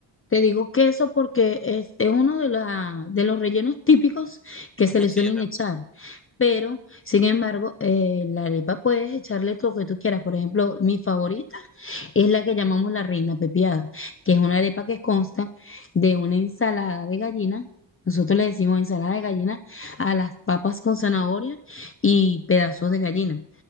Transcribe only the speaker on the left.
Te digo queso porque es, es uno de, la- de los rellenos típicos que se
le suelen
echar. Pero, sin embargo, eh, la arepa puedes echarle lo que tú quieras. Por ejemplo, mi favorita es la que llamamos la reina pepiada, que es una arepa que consta de una ensalada de gallina. Nosotros le decimos ensalada de gallina a las papas con zanahoria y pedazos de gallina.